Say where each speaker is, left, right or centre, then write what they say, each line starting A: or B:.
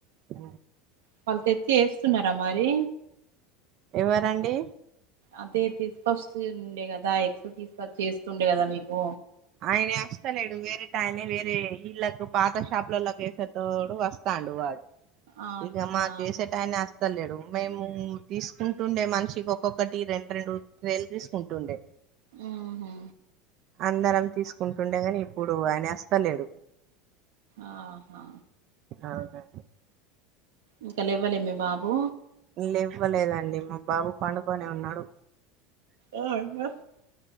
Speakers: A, on the right; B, on the right.
A: ఆ
B: వాళ్ళు తెచ్చి ఏస్తున్నారా మరి
A: ఎవరండీ
B: అదే తీసుకొస్తుండే కదా ఎగ్స్ తీసుకొచ్చి ఏస్తుండే కదా మీకు
A: ఆయన ఏస్తలేడు వేరేటయన వేరే ఇల్లకు పాత షాపులోలకి ఏసేటోడు వస్ తాండు వాడు
B: అచ్చా
A: ఇంగ మాకు ఏసే టయనేస్తలేడు మేము తీసుకుంటుండే మనిషికి ఒక్కొక్కటి రెండు రెండు ట్రేలు తీసుకుంటుండే
B: ఆహా
A: అందరం తీసుకుంటుండే గాని ఇప్పుడు ఆయనేస్తలేడు
B: ఆహా
A: అవునా
B: ఇంకలేవ్వలే మీ బాబు
A: లేవ్వలేదండి మా బాబు పండుకొనే ఉన్నాడు.
B: ఆ ఆ